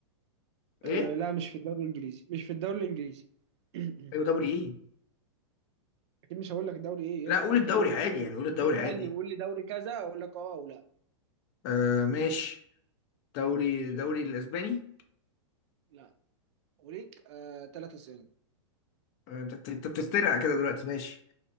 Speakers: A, on the left; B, on the right.
A: ايه
B: أه لا مش في الدوري الانجليزي مش في الدوري الانجليزي <clears throat>
A: ايوه دوري ايه
B: اكيد مش هقول لك الدوري ايه
A: لا
B: يا اسطى
A: قول
B: انت
A: الدوري
B: قول لي
A: عادي
B: دوري
A: يعني قول
B: انت
A: الدوري
B: تسالني
A: عادي
B: قول لي دوري كذا اقول لك اه او لا
A: آه ماشي دوري دوري الاسباني
B: لا وليك آه ثلاث اسئله
A: آه، انت انت أنت بتسترقع كده دلوقتي ماشي